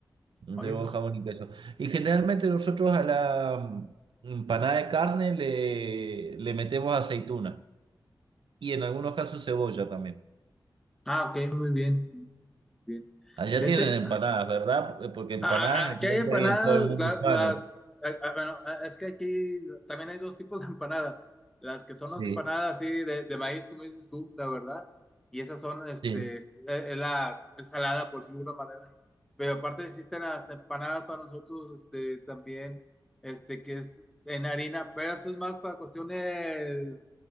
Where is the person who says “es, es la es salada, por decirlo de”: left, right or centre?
Centre